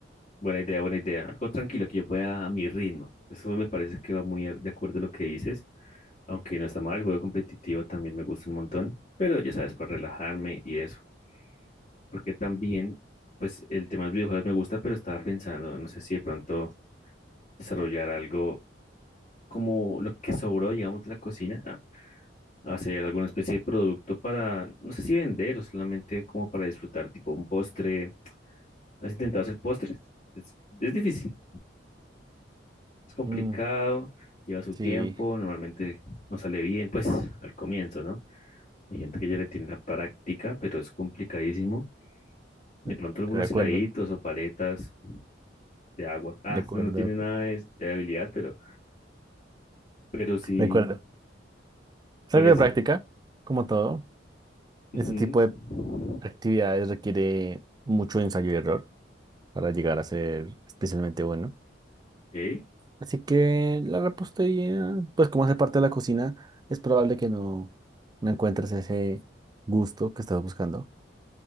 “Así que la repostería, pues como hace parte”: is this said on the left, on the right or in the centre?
Right